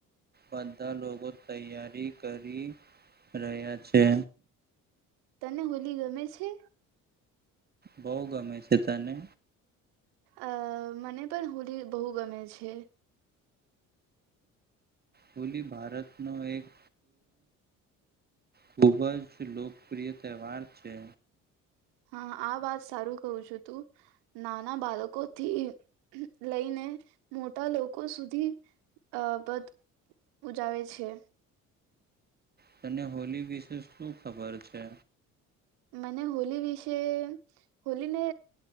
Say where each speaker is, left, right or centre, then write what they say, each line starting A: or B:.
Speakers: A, on the right; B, on the right.
A: બધા લોકો તૈયારી કરી રહ્યા છે.
B: તને હોલી ગમે છે?
A: બહુ ગમે છે તને.
B: અ મને પણ હોલી બહુ ગમે છે.
A: હોલી ભારતનો એક ખૂબ જ લોકપ્રિય તહેવાર છે.
B: હા આ વાત સારું કઉ છું તું નાના બાળકોથી લઈને મોટા લોકો સુધી અ બધ ઉજાવે છે.
A: તને હોલી વિશે શું ખબર છે.
B: મને હોલી વિશે હોલીને